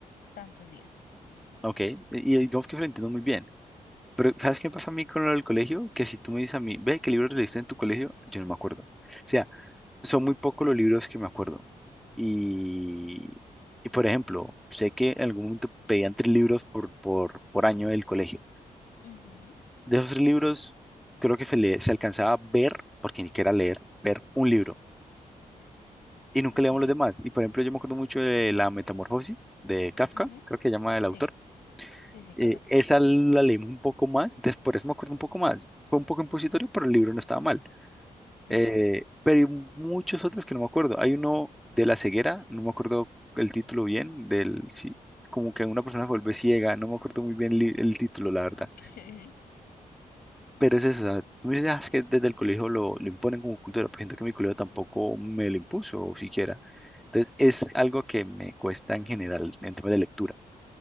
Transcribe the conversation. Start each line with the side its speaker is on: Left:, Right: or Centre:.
Left: tantos días.
Centre: Ok, y y digamos que lo entiendo muy bien. Pero, ¿sabes qué me pasa a mí con lo del colegio? Que si tú me dices a mí, ve, ¿qué libros leíste en tu colegio? Yo no me acuerdo. O sea, son muy pocos los libros que me acuerdo. Y, y por ejemplo, sé que en algún momento pedían tres libros por, por, por año del colegio.
Left: Ujú,
Centre: De esos tres libros, creo que se, le- se alcanzaba a ver, porque ni siquiera leer, ver un libro. Y nunca
Left: ok.
Centre: leíamos los demás. Y por ejemplo, yo me acuerdo mucho de La Metamorfosis de Kafka,
Left: ujú,
Centre: creo que se llama el
Left: Sí,
Centre: autor.
Left: sí, sí,
Centre: eh,
Left: correcto.
Centre: esa la leímos un poco más, entonces por eso me acuerdo un poco más. Fue un poco impositorio, pero el libro no estaba mal.
Left: Ujú,
Centre: Eh, pero hay muchos otros que no me acuerdo. Hay uno de la ceguera, no me acuerdo el título bien, del, sí, como que una persona se vuelve ciega, no me acuerdo muy bien li- el, título, la verdad.
Left: Ok.
Centre: Pero es eso, o sea, tú me dices, "Ah, es que desde el colegio lo, lo imponen como cultura, pero siento que mi colegio tampoco me lo impuso, o siquiera. Entonces es algo que me cuesta en general en temas de lectura.